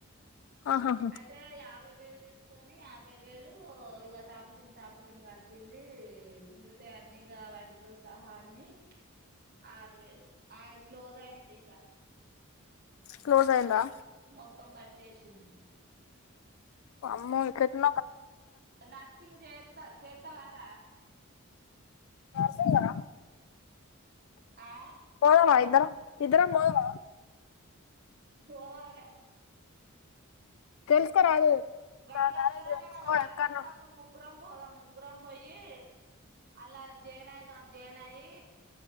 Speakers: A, on the left; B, on the right.
A: ఆహాహా
B: అయితే యాభై బై వేలు తీస్కొని యాభై వేలు ఇగ తాప్కింత తాప్కింత గట్టింది మిగతా అన్ని వటితో సహా అన్ని ఆరు వేలు ఆయ క్లోజ్ అయిన్ది ఇగా
A: క్లోజ్ అయిన్దా
B: మొత్తం కట్టేసింది
A: వామ్మొ ఇక్కడ ఉ
B: నరసింగ్ చే చేత్తవారా
A: సంగా
B: ఆ
A: పోదామ ఇద్దరం ఇద్ధరం పొదామ
B: పోవాలె
A: తెలుసుకోరాదు
B: పది నచ్చదాటా
A: కాలేజ్ తెలుసుకో
B: కదా అది
A: ఎక్కడనో
B: నచ్చనప్పుడు ముగ్గురం పోదాం ముగ్గురం పొయ్యి అల్లా జాయిన్ అయిదాం జాయిన్ అయ్యి